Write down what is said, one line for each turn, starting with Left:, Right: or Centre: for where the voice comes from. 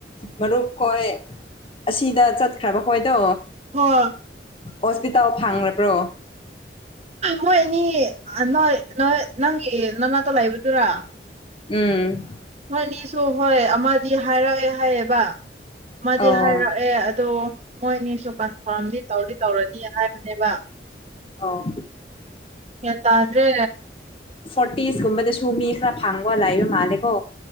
Left: ꯃꯔꯨꯞ ꯈꯣꯏ ꯑꯁꯤꯗ ꯆꯠꯈ꯭ꯔꯕ ꯍꯣꯏꯗꯣ
Right: ꯍꯥ
Left: ꯍꯣꯁꯄꯤꯇꯥꯜ ꯐꯥꯡꯔꯕ꯭ꯔꯣ
Right: ꯃꯣꯏꯑꯅꯤ ꯅꯣꯏ ꯅꯣꯏ ꯅꯪꯒꯤ ꯅꯅꯥꯛꯇ ꯂꯩꯕꯗꯨꯔꯥ
Left: ꯎꯝ
Right: ꯃꯣꯏꯅꯤꯁꯨ ꯍꯣꯏ ꯑꯃꯗꯤ ꯍꯥꯏꯔꯛꯑꯦ ꯍꯥꯏꯌꯦꯕ ꯑꯃꯥꯗꯤ
Left: ꯑꯣ
Right: ꯍꯥꯏꯔꯛꯑꯦ ꯑꯗꯣ ꯃꯣꯏꯑꯅꯤꯁꯨ ꯀꯟꯐꯥꯔꯝꯗꯤ ꯇꯧꯗꯤ ꯇꯧꯔꯅꯤ ꯍꯥꯏꯕꯅꯦꯕ
Left: ꯑꯣ
Right: ꯒꯌꯥꯟ ꯇꯥꯗ꯭ꯔꯦ
Left: ꯐꯣꯔꯇꯤꯁ ꯀꯨꯝꯕꯗꯁꯨ ꯃꯤ ꯈꯔ ꯐꯥꯡꯕ ꯂꯩꯕ ꯃꯥꯜꯂꯦꯀꯣ